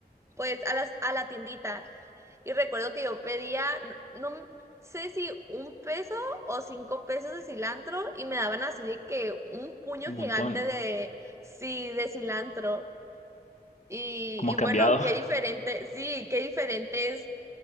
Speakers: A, on the right (about 15°); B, on the left (about 45°).
A: pues a las a la tiendita y recuerdo que yo pedía no, no sé si un peso o cinco pesos de cilantro y me daban así de que un puño
B: Un
A: gigante
B: montón.
A: de sí de cilantro y,
B: Como
A: y
B: cambiado.
A: bueno qué
B: <laughs>
A: diferente sí qué diferente es